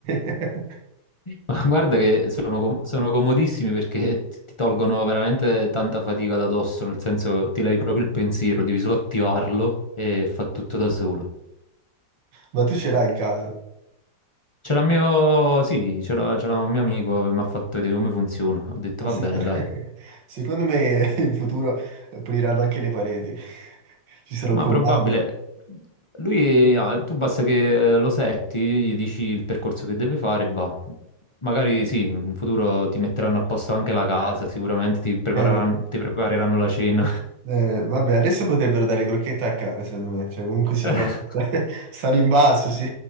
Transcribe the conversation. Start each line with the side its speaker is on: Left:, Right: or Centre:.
Right: <laughs>
Left: Ma guarda che sono, com- sono comodissimi perché ti ti tolgono veramente tanta fatica da dosso, nel senso ti levi proprio il pensiero, devi solo attivarlo e fa tutto da solo.
Right: Ma tu ce l'hai in casa?
Left: Ce l'ha mio... Sì, ce l'ha ce l'ha un mio amico che mi ha fatto vedere come funziona. Ho detto,
Right: Ma
Left: va
Right: sec-
Left: bene,
Right: <laughs>
Left: dai.
Right: secondo me in futuro puliranno anche le pareti. Ci sarà
Left: Ma
Right: un comando.
Left: probabile... Lui, ah, tu basta che lo setti, gli dici il percorso che deve fare e va. Magari sì, in futuro ti metteranno a posto anche la casa, sicuramente ti prepareranno,
Right: Eh,
Left: ti prepareranno la cena.
Right: eh, vabbè, adesso potrebbero dare crocchette a cane, secondo me. Cioè, comunque
Left: <laughs>
Right: si trovano. <laughs> Stanno in basso, sì.